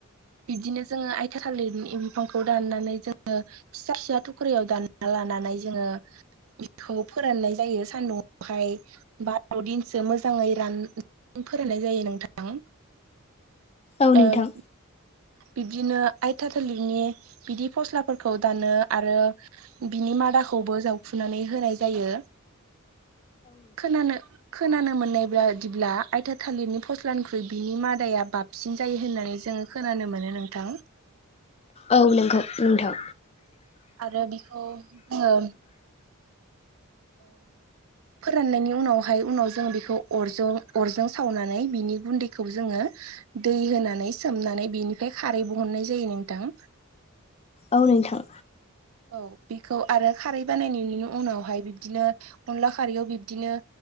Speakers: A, on the right; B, on the left.
A: बिदिनो जोङो आथिया थालिरनि बिफांखौ दाननानै जोङो फिसा फिसा थुख्रायाव दानना लानानै जोङो बेखौ फोराननाय जायो सान्दुंआवहाय बार'दिनसो मोजाङै राननानै फोरानाय जायो नोंथां
B: औ
A: ओं
B: नोंथां
A: बिदिनो आइथा थालिरनि बिदि फस्लाफोरखौ दानो आरो बिनि मादाखौबो जावखुनानै होनाय जायो खोनानो खोनानो मोननाय बादिब्ला आइथा थालिरनि फस्लानि ख्रुइ बिनि मादाया बाबसिन जायो होननानै जोङो खोनानो मोनो नोंथां
B: औ नोंगौ नोंथां
A: आरो बिखौ जोङो फोराननायनि उनावहाय उनाव जोङो बेखौ अरजों अरजों सावनानै बिनि गुन्दैखौ जोङो दै होनानै सोमनानै बेनिफ्राय खारै बहननाय जायो नोंथां
B: औ नोंथां
A: औ बेखौ आरो खारै बानायनायनि उनावहाय बिब्दिनो अनला खारैयाव बिब्दिनो